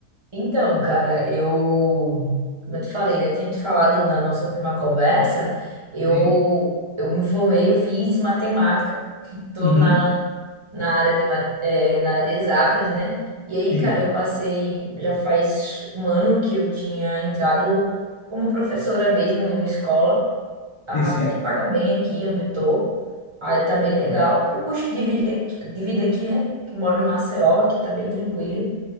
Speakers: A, on the right; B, on the left.
A: Então, cara, eu, como eu te falei, né? Tinha te falado na nossa última conversa, eu,
B: Sim.
A: eu me formei, eu fiz matemática, tô
B: Uhum.
A: na, na área de, ma- eh, na área de exatas, né? E aí,
B: Sim,
A: cara, eu passei, já faz um ano que eu tinha entrado como professora mesmo em uma escola, até
B: sim, sim.
A: que paga bem aqui onde eu tô, aí tá bem legal, pro custo de vida, de vida aqui, né? Que moro em Maceió, aqui tá bem tranquilo.